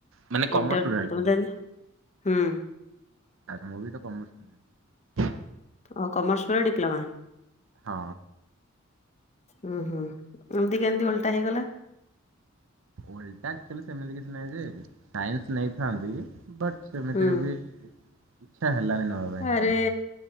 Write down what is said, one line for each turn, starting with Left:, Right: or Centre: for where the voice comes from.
Right: ମାନେ କମର୍ସ
Left: ଇଣ୍ଟର
Right: ଷ୍ଟୁଡେଣ୍ଟ
Left: <unintelligible> ହୁଁ।
Right: ଆଚ୍ଛା ମୁଁ ତ କମର୍ସ ଷ୍ଟୁଡେଣ୍ଟ।
Left: ଓ କମର୍ସ ପରେ ଡିପ୍ଲୋମା।
Right: ହଁ।
Left: ହୁଁ ହୁଁ ଏମିତି କେମିତି ଓଲଟା ହେଇଗଲା?
Right: ଓଲଟା ଆକଚୁଲି ସେମିତି କିଛି ନାହିଁ ଯେ ସାଇନ୍ସ ନେଇଥାନ୍ତି ବଟ୍ ସେମିତିରେ
Left: ହୁଁ
Right: ବି
Left: <inaudible>
Right: ଇଚ୍ଛା ହେଲାନି ନବା ପାଇଁ
Left: ଆରେ
Right: ସାଇନ୍ସ।